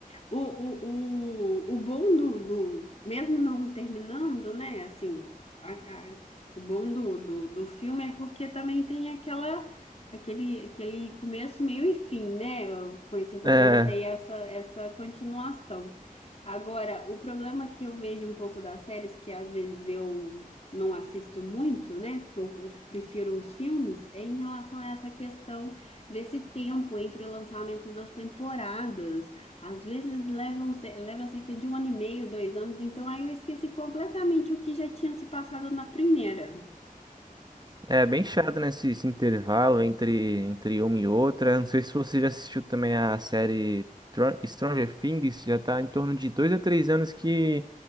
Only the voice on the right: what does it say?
É,
É bem chato, né, esse, esse intervalo entre, entre uma e outra. Não sei se você já assistiu também a série Tr- Stranger Things, já tá em torno de dois a três anos que,